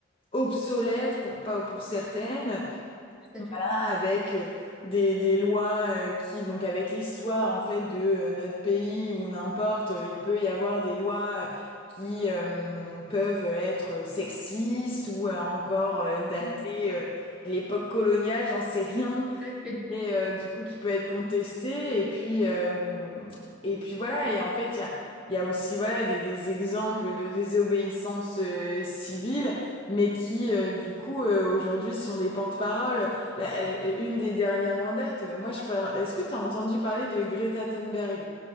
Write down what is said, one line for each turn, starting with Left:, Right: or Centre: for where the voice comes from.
Left: obsolètes pour pas pour certaines
Centre: Tout à
Left: Là,
Centre: fait.
Left: avec euh, des, des lois euh, qui donc avec l'histoire en fait de euh, notre pays ou n'importe euh, il peut y avoir des lois euh, qui euh, peuvent être sexistes ou euh, encore euh, datées
Centre: Mhm.
Left: euh, de l'époque coloniale, j'en sais rien
Centre: Tout à fait.
Left: et euh, du coup qui peut être contesté et puis euh, et puis voilà et en fait il y a il y a aussi voilà des, des exemples de désobéissance euh, civile mais qui euh, du coup euh, aujourd'hui sont des porte-parole La- euh, une des dernières en date euh, moi je par... est-ce que tu as entendu parler de Greta Thunberg